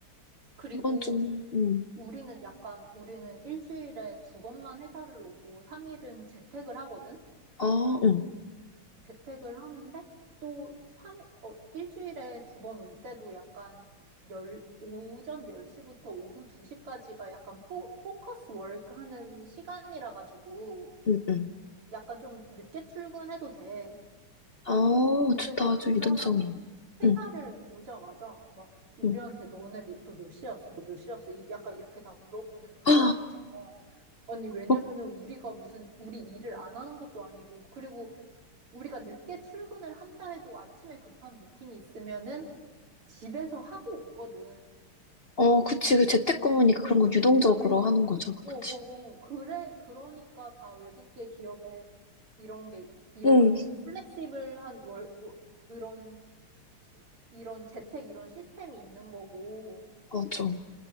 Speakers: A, on the right; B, on the left.
A: 그리고
B: 이건 좀, 응.
A: 우리는 약간, 우리는 일주일에 두 번만 회사를 오고, 3일은 재택을 하거든?
B: 아, 응,
A: 재택을 하는데 또 삼 일 어, 일주일에 두 번 올 때도 약간 열, 오전 10시부터 오후 2시까지가 약간 포, 포커스 워크 하는 시간이라 가지고
B: 응, 응.
A: 약간 좀 늦게 출근해도 돼.
B: 아,
A: 근데
B: 좋다. 아주
A: 그
B: 유동성이
A: 사람이
B: 있네.
A: 회사를
B: 응,
A: 오자마자 막 우리한테
B: 응.
A: 너네 몇, 너몇 시였어? 너 몇 시였어? 이- 약간 이렇게 다 물어보는 그런
B: 아,
A: 거 있잖아. 아니, 왜냐면은
B: 어,
A: 우리가 무슨, 우리 일을 안 하는 것도 아니고, 그리고 우리가 늦게 출근을 한다 해도 아침에 급한 미팅이 있으면은 집에서 하고 오거든.
B: 어, 그치. 그 재택근무니까
A: 어,
B: 그런 거 유동적으로
A: 어, 왜,
B: 하는 거잖아.
A: 어,
B: 그치?
A: 어, 어. 그래, 그러니까 다 외국계 기업에 이런 게, 이런
B: 응,
A: 플렉시블한 월, 월- 그런, 시- 이런 재택 이런 시스템이 있는 거고.
B: 맞아.